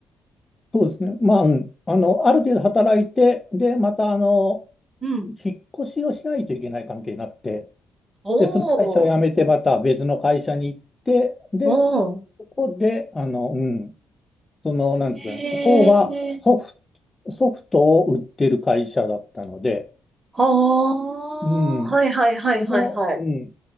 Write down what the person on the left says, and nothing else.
そうですね。まあ、うん。あの、ある程度働いて、で、また、あの、
引っ越しをしないといけない関係になって、
で、その会社を辞めて、
また別の会社に行って、で、
ここで、あの、うん、その、なんですかね、
そこはソフト、ソフトを売ってる会社だったので、
うん。
その、うん。